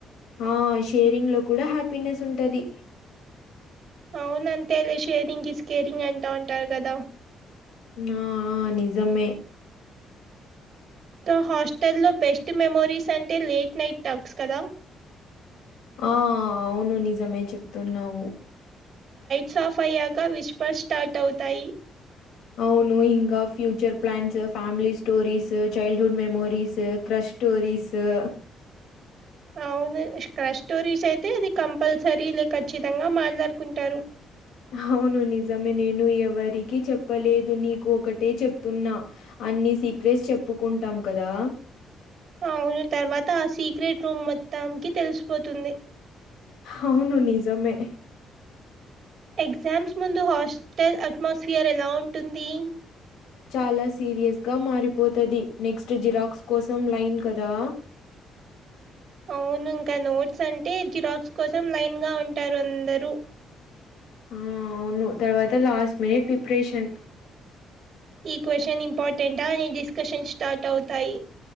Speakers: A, on the left; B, on the right.
A: ఆ షేరింగ్ లో కూడా హ్యాపీనెస్ ఉంటది
B: అవున అంతేలే షేరింగ్ ఇస్ కేేరింగ్ అంటా ఉంటారు కదా
A: ఆఆ నిజమే
B: సో హాస్టల్లో బెస్ట్ మెమోరీస్ అంటే లేట్ నైట్ టాక్స్ కదా
A: ఆ అవును నిజమే చెప్తున్నావు
B: సాఫ్ అయ్యాక విష్పర్స్ స్టార్ట్ అవుతాయి
A: అవును ఇంకా future plans family stories childhood memories crush స్టోరీసా
B: అవ్ షడ్ స్టోరీస్ అయితే అది కంపల్సరీ లేక ఖచ్చితంగా మాట్లాడుకుంటారు
A: అవును నిజమే నేను ఎవరికి చెప్పలేదు నీకు ఒకటే చెప్తున్నా అన్ని సీక్రెట్స్ చెప్పుకుంటాం కదా
B: అవున తర్వాత ఆ సీక్రెట్ రూమ్ మొత్తాన్కి తెలిసిపోతుంది
A: హవును నిజమే
B: ఎగ్జామ్స్ ముందు హాస్టల్ అట్మాస్ఫియర్ ఎలా ఉంటుంది
A: చాలా సీరియ్స్గ మారిపోతుది నెక్స్ట్ జిరాక్స్ కోసం లైన్ కదా
B: అవును ఇంకా నోట్స్ అంటే జిరాక్స్ కోసం లైన్ గా ఉంటారు అందరుూ
A: ఆ అవును తర్వాత లాస్ట్ మినిట్ ప్రిపరేషన్
B: ఈ క్వ్చన్ ఇంపార్టెంటా అని డిస్కషన్ స్టార్ట్ అవుతాయి